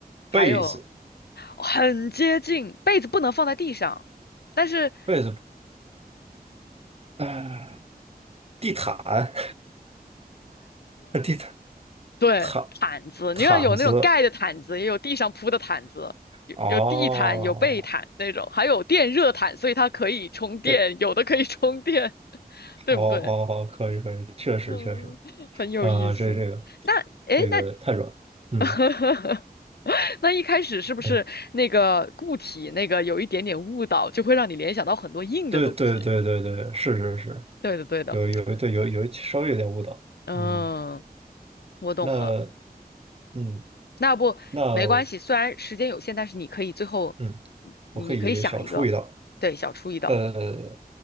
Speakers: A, on the left (about 85°); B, on the right (about 40°).
A: 还有
B: 被子，
A: 很接近，被子不能放在地上，但是
B: 被子，呃，地毯，<laughs> 地毯
A: 对毯子，
B: 毯
A: 你要有那种盖的毯子，
B: 毯子，
A: 也有地上铺的毯子，有有地毯，
B: 哦，
A: 有被毯那种，还有电热毯，所以它可以充电，
B: 对，
A: 有的可以充电，<laughs> 对不对？
B: 哦哦哦，可以可以，确实确实，
A: 嗯，很有意思。
B: 啊、这这个
A: 那诶，
B: 这个太软了，
A: 那
B: 嗯
A: <laughs> 那一开始是不是那个固体那个有一点点误导，
B: 嗯。
A: 就会让你联想到很多硬的东西？
B: 对对对对对，是是是，
A: 对的，对的，
B: 有有对有有稍微有点误导。
A: 嗯。
B: 嗯，
A: 我懂了。
B: 那嗯
A: 那要不没关系，
B: 那
A: 虽然时间有限，但是你可以最后，
B: 嗯，
A: 你可以想一个，
B: 我可以小出一道。
A: 对，小出一道。
B: 呃，